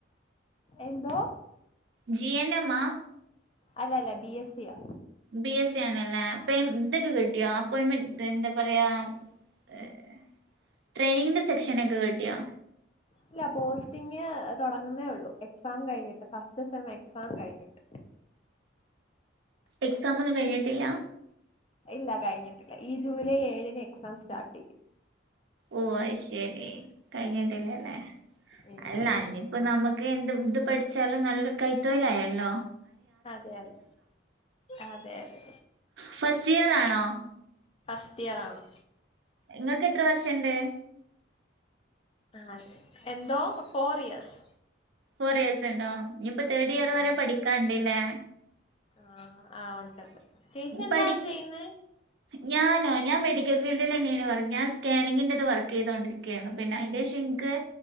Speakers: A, on the left (about 30°); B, on the right (about 65°).
A: എന്തോ?
B: ജി എന്നമ്മാ?
A: അല്ലല്ല ബി എസ് സിയാ.
B: ബി എസ് സി യാണല്ലേ അപ്പ ഇതക്കെ കിട്ടിയോ അപ്പോയിമെന്റ് എന്താ പറയാ? ഏഹ് ട്രെയിനിങ്ങിന്റെ സെക്ഷനക്കെ കിട്ടിയാ?
A: ഇല്ല പോസ്റ്റിംഗ് തൊടങ്ങുന്നേ ഉള്ളൂ എക്സാം കഴിഞ്ഞിട്ട് ഫസ്റ്റ് സെമ്മ് എക്സാം കഴിഞ്ഞിട്ട്.
B: എക്സാമൊന്നും കഴിഞ്ഞിട്ടില്ല?
A: ഇല്ല കഴിഞ്ഞിട്ടില്ല ഈ ജൂലൈ ഏഴിന് എക്സാം സ്റ്റാർട്ടെയ്യും.
B: ഓ അയ്ശരി കഴിഞ്ഞിട്ടിലലെ
A: ഇല്ലില്ല
B: അല്ല അനി പ്പൊ നമുക്ക് എന്ത് ഇത് പഠിച്ചാലും നല്ലൊരു കൈ തൊഴിലായല്ലോ
A: അതെ അതെ അതെ അതെ അതെ
B: ഫസ്റ്റ് ഇയർ ആണോ?
A: ഫസ്റ്റ് ഇയറാണ്
B: ഇങ്ങക്ക് എത്ര വർഷണ്ട്?
A: ആഹ് എന്തോ ഫോർ ഇയേഴ്‌സ്
B: ഫോർ ഇയേഴ്‌സിണ്ടോ ഇനിയിപ്പ തേർഡ്
A: ഉം
B: ഇയർ വരെ പഠിക്കാണ്ടല്ലേ
A: ആഹ് ആഹ് ഒണ്ട് ചേച്ചി എന്താ
B: പഠി
A: ചെയ്യുന്നെ?
B: ഞാനോ ഞാൻ മെഡിക്കൽ ഫീൽഡിലന്നേനോ വർക്ക് ഞാൻ സ്കാനിങ്ങിന്റത് വർക്ക് ചെയ്തോണ്ടിരി ക്കെയാണ് പിന്നെ അയിന്റെ ശം എനിക്ക്